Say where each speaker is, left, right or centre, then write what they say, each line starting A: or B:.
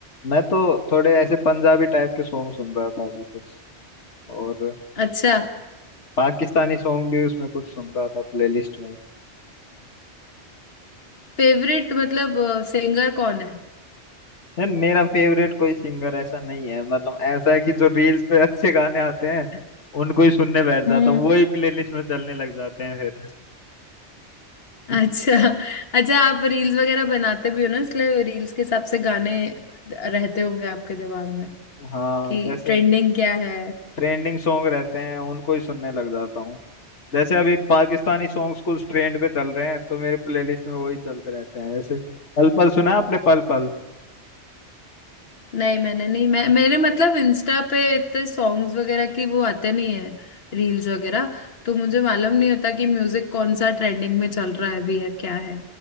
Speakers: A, on the left (about 80°); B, on the left (about 60°).
A: मैं तो थोड़े ऐसे पंजाबी टाइप के सॉन्ग सुन रहा था अभी कुछ और
B: अच्छा
A: पाकिस्तानी सॉन्ग भी उसमें कुछ सुन रहा था प्लेलिस्ट में
B: फेवरेट मतलब सिंगर कौन है
A: यार मेरा फेवरेट कोई सिंगर ऐसा नहीं है मतलब ऐसा है कि जो रील्स पे अच्छे गाने आते हैं उनको ही सुनने बैठ
B: हम्म
A: जाता हूँ वही प्लेलिस्ट में चलने लग जाते हैं फिर
B: अच्छा अच्छा आप रील्स वगैरह बनाते भी हो ना इसलिए रील्स के हिसाब से गाने रहते होंगे आपके दिमाग में
A: हाँ
B: कि
A: जैसे
B: ट्रेंडिंग क्या है
A: ट्रेंडिंग सॉन्ग रहते हैं उनको ही सुनने लग जाता हूँ जैसे अभी पाकिस्तानी सॉन्ग्स कुछ ट्रेंड पे चल रहे हैं तो मेरे प्लेलिस्ट में वही चलते रहते हैं जैसे पल पल सुना है आपने पल पल
B: नहीं मैंने नहीं मैं मेरे मतलब इंस्टा पे इतने सॉन्ग्स वगैरह की वो आते नहीं है रील्स वगैरह तो मुझे मालूम नहीं होता कि म्यूजिक कौन सा ट्रेंडिंग में चल रहा है अभी या क्या है